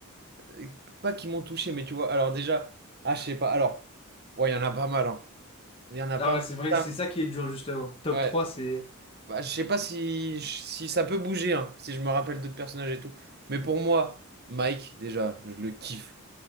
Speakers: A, on the right; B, on the left.
A: Euh, Pas qu'ils m'ont touché, mais tu vois, alors déjà, ah, je sais pas, alors, ouais, il y en a pas mal, hein. Il y en a pas
B: Ah ouais, c'est vrai,
A: mal.
B: c'est ça qui est dur justement. Top
A: Ouais.
B: trois, c'est
A: Bah, je sais pas si, si ça peut bouger, hein, si je me rappelle d'autres personnages et tout. Mais pour moi, Mike, déjà, je le kiffe.